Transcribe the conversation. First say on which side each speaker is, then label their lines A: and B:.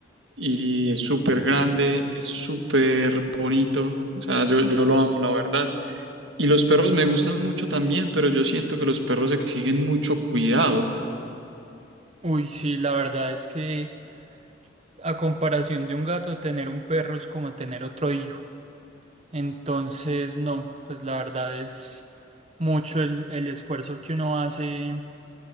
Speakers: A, on the right; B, on the right.
A: y es súper grande, es súper bonito. O sea, yo, yo lo amo, la verdad. Y los perros me gustan mucho también, pero yo siento que los perros exigen mucho cuidado.
B: Uy, sí, la verdad es que a comparación de un gato, tener un perro es como tener otro hijo. Entonces, no, pues la verdad es mucho el, el esfuerzo que uno hace